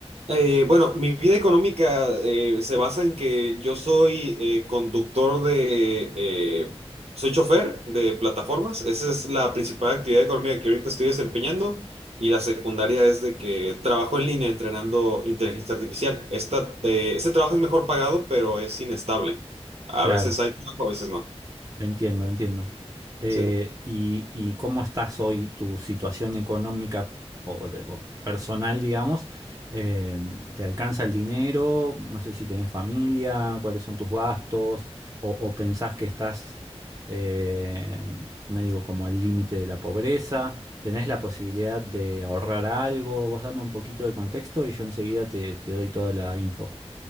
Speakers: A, on the right (about 70°); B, on the right (about 30°).
A: Eh, bueno, mi vida económica eh, se basa en que yo soy eh, conductor de, eh, soy chofer de plataformas. Esa es la principal actividad económica que ahorita estoy desempeñando. Y la secundaria es de que trabajo en línea entrenando inteligencia artificial. Esta, eh, ese trabajo es mejor pagado, pero es inestable. A
B: Claro.
A: veces hay trabajo, a veces no.
B: Entiendo, entiendo. Eh,
A: Sí.
B: y, y cómo estás hoy, tu situación económica o, de- o personal, digamos? Eh, ¿te alcanza el dinero? No sé si tenés familia, cuáles son tus gastos, o, o pensás que estás eh, medio como al límite de la pobreza. ¿Tenés la posibilidad de ahorrar algo? Vos dame un poquito de contexto y yo enseguida te, te doy toda la info.